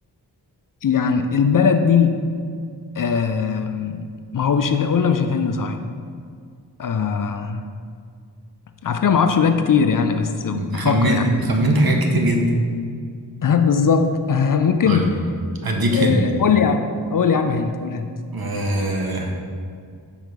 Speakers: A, on the left (about 50°); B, on the right (about 55°).
A: يعني البلد دي آم، ما هو مش قلنا مش الهند صحيح آه، على فكرة ما أعرفش بلاد كتير يعني بس بفكر
B: انت خمنت
A: يعني
B: انت خمنت حاجات كتير جدا
A: <laughs> بالظبط <laughs> ممكن
B: طيب هديك
A: آه،
B: هند
A: قول لي يا عم قول لي يا عم هند قول هند
B: آه...